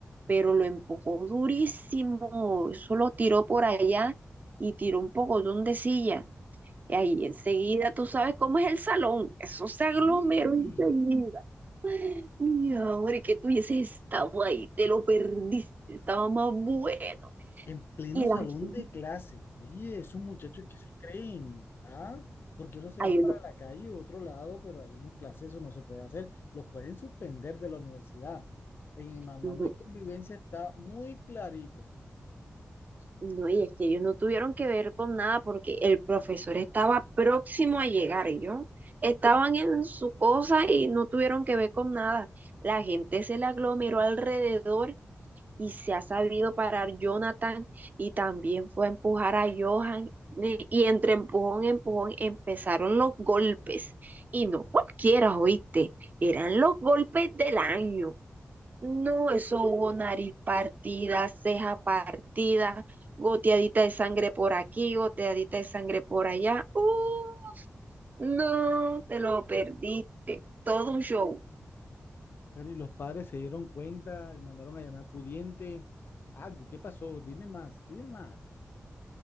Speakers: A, on the right; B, on the left.
A: pero lo empujó durísimo, eso lo tiró por allá y tiró un pocotón de silla. Y ahí enseguida, tú sabes cómo es el salón, eso se aglomeró
B: Sí.
A: enseguida. Mi amor, es que tú hubieses estado ahí, te lo perdiste, estaba más bueno.
B: En pleno
A: Y las
B: salón
A: gente,
B: de clase. Oye, esos muchachos que se creen, ¿ah? ¿Por qué no se
A: ay,
B: van
A: yo
B: para
A: no,
B: la calle o otro lado? Pero ahí en clase eso no se puede hacer. Los pueden suspender de la universidad. En el manual
A: no,
B: de convivencia está muy clarito.
A: no, y es que ellos no tuvieron que ver con nada porque el profesor estaba próximo a llegar, ellos estaban en su cosa y no tuvieron que ver con nada. La gente se le aglomeró alrededor y se ha sabido parar Jonathan y también fue a empujar a Johan. eh, Y entre empujón empujón empezaron los golpes. Y no cualquiera, oíste, eran los golpes del año. No, eso hubo nariz partida, ceja partida, goteadita de sangre por aquí, goteadita de sangre por allá. Uh, no, te lo perdiste. Todo un show.
B: Pero y los padres se dieron cuenta, mandaron a llamar pudiente. Algo, ¿qué pasó? Dime más, dime más.